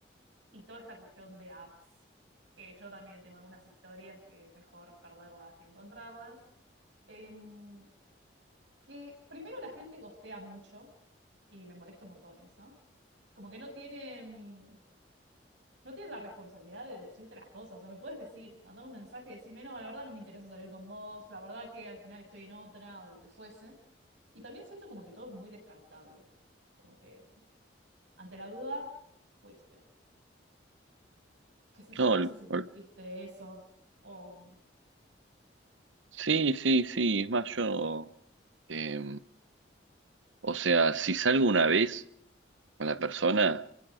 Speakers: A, on the right; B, on the right.
A: Y toda esta cuestión de apps, que yo también tengo algunas historias que es mejor perderlas que encontrarlas. Em, que primero la gente gostea mucho y me molesta un montón eso. Como que no tienen, no tienen la responsabilidad de decirte las cosas. O sea, me puedes decir, mandar un mensaje y decirme, no, la verdad no me interesa salir con vos, la verdad que al final estoy en otra o lo que fuese. Y también siento como que todo es muy descartable. Como que ante la duda, fuiste. qué sé yo,
B: no,
A: no
B: el-
A: sé si sentiste
B: el-
A: eso. O,
B: sí, sí, sí, es más, yo, eh, o sea, si salgo una vez con la persona,